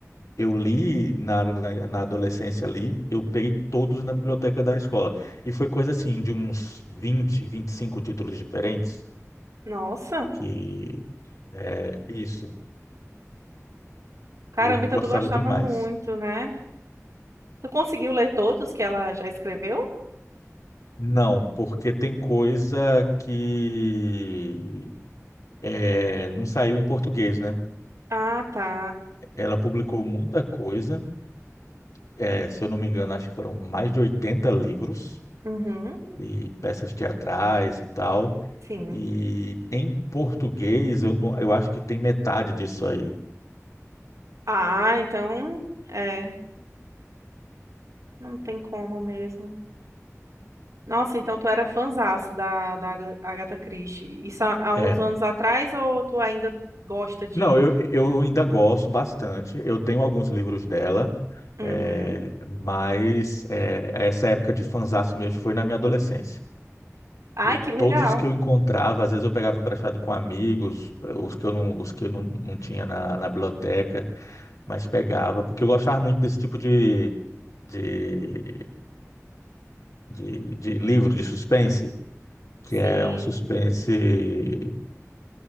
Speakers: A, on the left; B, on the right.
A: eu li na, na, na adolescência ali, eu peguei todos na biblioteca da escola. E foi coisa assim, de uns vinte, vinte e cinco títulos diferentes,
B: Nossa,
A: que é isso.
B: caramba,
A: Eu gostava
B: então tu gostava
A: demais.
B: muito, né? Tu conseguiu ler todos que ela já escreveu?
A: Não, porque tem coisa que é, não saiu em português, né?
B: Ah, tá.
A: Ela publicou muita coisa, é, se eu não me engano, acho que foram mais de 80 livros
B: Uhum,
A: e peças teatrais e tal.
B: sim.
A: E em português, eu, não- eu acho que tem metade disso aí.
B: Ah, então, é, não tem como mesmo. Nossa, então tu era fanzaço da, da Aga- Agatha Christie. Isso há, há uns
A: Era.
B: anos atrás ou tu ainda gosta de...
A: Não, eu, eu ainda gosto bastante. Eu tenho alguns livros dela,
B: Uhum.
A: é, mas é, essa época de fanzaço mesmo foi na minha adolescência.
B: Ai,
A: Eu-
B: que legal.
A: Todos os que eu encontrava, às vezes eu pegava emprestado com amigos, eh, os que eu não, os que eu não, não tinha na, na biblioteca, mas pegava, porque eu gostava muito desse tipo de, de, de, de livro, de suspense, que
B: Sim.
A: era um suspense.